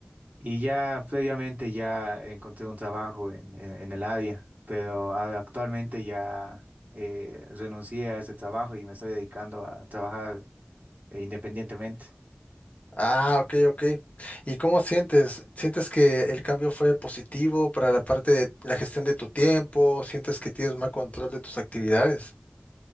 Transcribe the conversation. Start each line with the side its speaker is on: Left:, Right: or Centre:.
Right: Y ya previamente ya encontré un trabajo en, en, en el área, pero a- actualmente ya eh, renuncié a ese trabajo y me estoy dedicando a trabajar eh, independientemente.
Left: Ah, ok, ok. ¿Y cómo sientes? ¿Sientes que el cambio fue positivo para la parte de la gestión de tu tiempo? ¿Sientes que tienes más control de tus actividades?